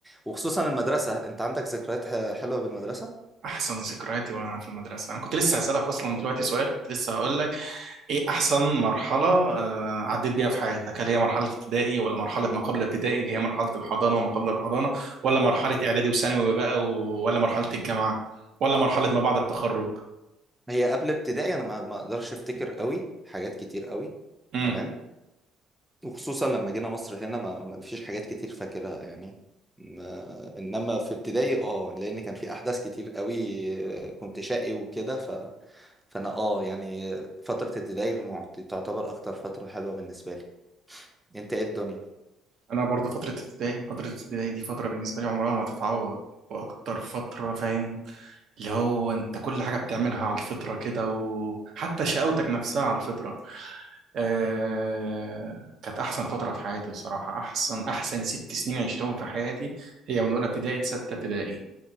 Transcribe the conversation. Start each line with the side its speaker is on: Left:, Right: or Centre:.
Centre: وخصوصا المدرسه انت عندك ذكريات ح- حلوه بالمدرسه
Right: احسن ذكرياتي وانا في المدرسه انا كنت لسه هسالك اصلا دلوقتي سؤال كنت لسه هقول لك ايه احسن مرحلة آه، عديت بيها في حياتك هل هي مرحلة ابتدائي ولا مرحلة ما قبل ابتدائي اللي هي مرحلة الحضانة وما قبل الحضانة ولا مرحلة اعدادي وثانوي بقى و... ولا مرحلة الجامعة ولا مرحلة ما بعد التخرج
Centre: هي قبل ابتدائي انا ما ما اقدرش افتكر قوي حاجات كتير قوي
Right: امم
Centre: تمام وخصوصا لما جينا مصر هنا ما ما فيش حاجات كتير فاكرها يعني ما- انما في ابتدائي اه لان كان في احداث كتير قوي آه، كنت شقي وكده ف... فانا اه يعني فترة ابتدائي معت- تعتبر اكتر فترة حلوة بالنسبة لي انت ايه الدنيا
Right: انا برضو فترة ابتدائي فترة ابتدائي دي فترة بالنسبة لي عمرها ما تتعوض واكتر فترة فاهم اللي هو انت كل حاجة بتعملها على الفطرة كده وحتى شقاوتك نفسها على الفطرة آه،
Centre: <laughs> مم.
Right: كانت أحسن فترة في حياتي بصراحة أحسن أحسن ست سنين عشتهم في حياتي هي من أولى ابتدائي لستة ابتدائي